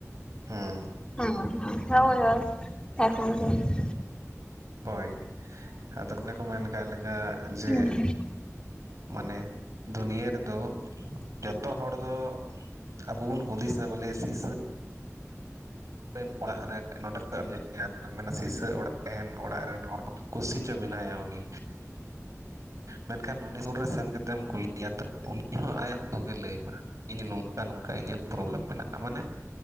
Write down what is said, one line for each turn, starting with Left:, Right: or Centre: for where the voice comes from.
Right: ᱦᱩᱸ
Left: ᱦᱩᱸ ᱦᱩᱸ ᱦᱚᱭ ᱦᱚᱭ <unintelligible>
Right: ᱦᱚᱭ ᱟᱫᱚ ᱠᱚ ᱚᱱᱮ ᱠᱚ ᱢᱮᱱ ᱠᱟᱜ ᱞᱮᱠᱟ ᱡᱮ
Left: ᱦᱩᱸ
Right: ᱢᱟᱱᱮ ᱫᱩᱱᱤᱭᱟᱹ ᱨᱮᱫᱚ ᱡᱚᱛᱚ ᱦᱚᱲ ᱫᱚ ᱟᱵᱚ ᱵᱚ ᱦᱩᱫᱤᱥᱟ ᱵᱚᱞᱮ ᱥᱤᱥᱟᱹ ᱟᱱ ᱚᱲᱟᱜ ᱨᱮ ᱱᱚᱸᱰᱮ ᱠᱷᱚᱡ ᱮᱢ ᱧᱮᱞᱭᱟ ᱟᱫᱚᱢ ᱢᱮᱱᱟ ᱥᱤᱥᱟᱹ ᱚᱲᱟᱜ ᱛᱟᱦᱮᱱ ᱚᱲᱟᱜ ᱨᱮᱱ ᱦᱚᱲ ᱠᱩᱥᱤ ᱪᱚ ᱢᱮᱱᱟᱭᱟ ᱩᱱᱤ ᱢᱮᱱ ᱠᱷᱟᱱ ᱩᱱᱤ ᱥᱩᱨ ᱨᱮ ᱥᱮᱱ ᱠᱟᱛᱮᱢ ᱠᱩᱞᱤᱭ ᱮᱭᱟ ᱛᱚ ᱩᱱᱤ ᱦᱚᱸ ᱟᱭᱟᱜ ᱫᱩᱠᱮ ᱞᱟᱹᱭ ᱢᱟ ᱤᱧ ᱱᱚᱝᱠᱟ ᱱᱚᱝᱠᱟ ᱤᱧᱟᱹᱜ ᱯᱨᱚᱵᱚᱞᱮᱢ ᱢᱮᱱᱟᱜᱼᱟ ᱢᱟᱱᱮ